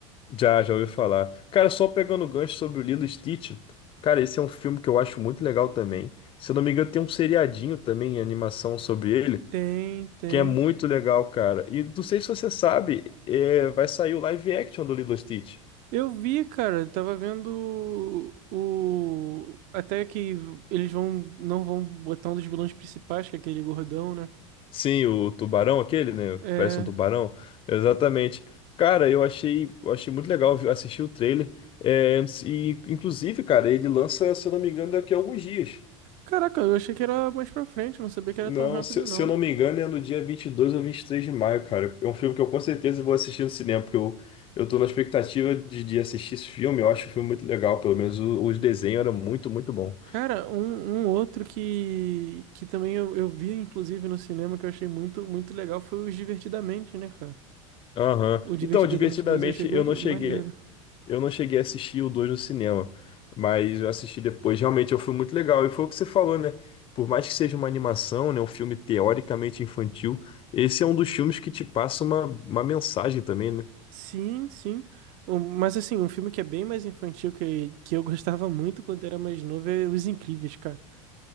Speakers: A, on the left; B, on the right.
A: Já, já ouvi falar. Cara, só pegando o gancho sobre o Lilo e Stitch, cara, esse é um filme que eu acho muito legal também. Se eu não me engano, tem um seriadinho também em animação sobre ele,
B: Tem, tem.
A: que é muito legal, cara. E não sei se você sabe, é, vai sair o live action do Lilo e Stitch.
B: Eu vi, cara, eu tava vendo o, o- até que eles vão não vão botar um dos vilões principais, que é aquele gordão, né?
A: Sim, o tubarão aquele, né?
B: É,
A: Parece um tubarão. Exatamente. Cara, eu achei, eu achei muito legal viu, assistir o trailer. É, e, inclusive, cara, ele lança, se eu não me engano, daqui a alguns dias.
B: caraca, eu achei que era mais pra frente, eu não sabia que
A: Não,
B: era tão rápido
A: se,
B: não.
A: se eu não me engano, é no dia 22 ou 23 de maio, cara. É um filme que eu com certeza vou assistir no cinema, porque eu, eu tô na expectativa de, de assistir esse filme. Eu acho o filme muito legal, pelo menos o, o desenho era muito, muito bom.
B: Cara, um, um outro que que também eu, eu vi inclusive no cinema que eu achei muito muito legal foi o Divertidamente, né, cara?
A: Aham.
B: O Divertidamente
A: Então, divertidamente,
B: 2 eu achei go-
A: eu não cheguei.
B: maneiro.
A: Eu não cheguei a assistir o 2 no cinema, mas eu assisti depois. Realmente, é um filme muito legal. E foi o que você falou, né? Por mais que seja uma animação, né, um filme teoricamente infantil, esse é um dos filmes que te passa uma, uma mensagem também, né?
B: Sim, sim. Um- Mas assim, um filme que é bem mais infantil que, que eu gostava muito quando era mais novo é Os Incríveis, cara.